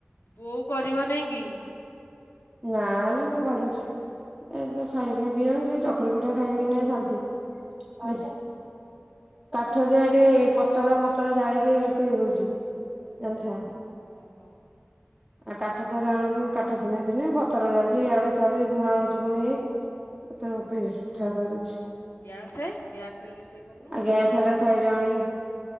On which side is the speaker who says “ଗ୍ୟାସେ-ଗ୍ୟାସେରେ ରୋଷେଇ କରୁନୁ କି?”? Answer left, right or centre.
Left